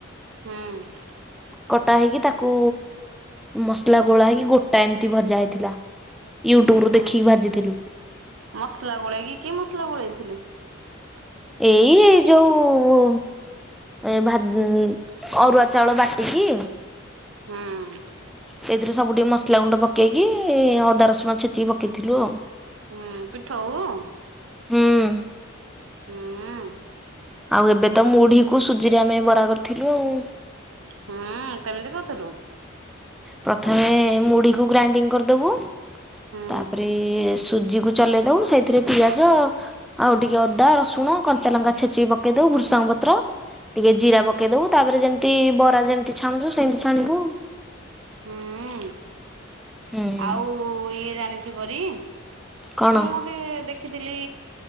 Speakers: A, on the right (about 80°); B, in the centre.
A: ହୁଁ।
B: କଟା ହେଇକି ତାକୁ ମସଲା ଗୋଳା ହୋଇକି ଗୋଟା ଏମିତି ଭଜା ହେଇଥିଲା। ୟୁଟ୍ୟୁବ ରୁ
A: ହୁଁ
B: ଦେଖିକି ଭାଜିଥିଲୁ।
A: ମସଲା ଗୋଳେଇକି କି ମସଲା ଗୋଳେଇଥିଲୁ?
B: ଏଇ ଯୋଉ ଏ ଭା ଅରୁଆ ଚାଉଳ ବାଟିକି।
A: ହଁ।
B: ସେଇଥିରେ ସବୁ ଟିକେ ମସଲା ଗୁଣ୍ଡ ପକେଇକି ଅଦା ରସୁଣ ଛେଚିକି ପକେଇଥିବ।
A: ହୁଁ ପିଠ <unintelligible>
B: ହଁ।
A: ହୁଁ।
B: ଆଉ ଏବେ ତ ମୁଢିକୁ ସୁଜିରେ ଆମେ ବରା କରିଥିଲୁ ଆଉ।
A: ହୁଁ କେମିତି କରିଥିଲ?
B: ପ୍ରଥମେ ମୁଢିକୁ ଗ୍ରାଇଣ୍ଡିଙ୍ଗ କରିଦବୁ
A: ହୁଁ
B: ତାପରେ ସୁଜିକୁ ଚଲେଇ ଦେଉ ସେଇଥିରେ ପିଆଜ ଆଉ ଟିକେ ଅଦା ରସୁଣ କଞ୍ଚା ଲଙ୍କା ଛେଚିକି ପକେଇ ଦଉ ବୃସାଙ୍ଗ ପତ୍ର ଟିକେ ଜିରା ପକେଇ ଦବୁ ତାପରେ ଯେମିତି ବରା ଯେମିତି ଛାଣୁଛୁ ସେମିତି ଛାଣିଦବୁ
A: ହୁଁ
B: ହୁଁ
A: ଆଉ ଇଏ ଜାଣିଛୁ କରି
B: କଣ
A: ମୁଁ ଦେଖିଥିଲି